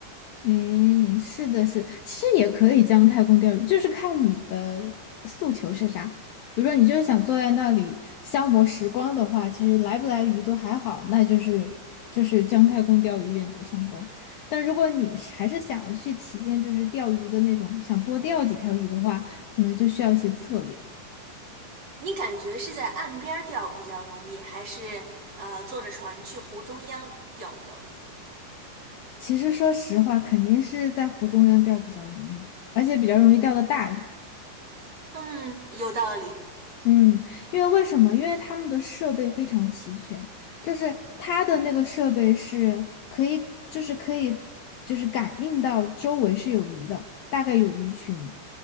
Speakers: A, on the left; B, on the right.
A: 嗯，是的，是的其实也可以将太公钓鱼，就是看你的诉求是啥。比如说你就是想坐在那里消磨时光的话，其实来不来鱼都还好，那就是就是姜太公钓鱼，愿者上钩。但如果你是还是想要去体验就是钓鱼的那种，想多钓几条鱼的话，可能就需要一些策略。
B: 你感觉是在岸边儿钓比较容易，还是呃坐着船去湖中央钓比较容易？
A: 其实说实话，肯定是在湖中央钓比较容易的，而且比较容易钓到大鱼。
B: 嗯，有道理。
A: 嗯，因为为什么？因为他们的设备非常齐全，就是它的那个设备是可以，就是可以，就是感应到周围是有鱼的，大概有鱼群。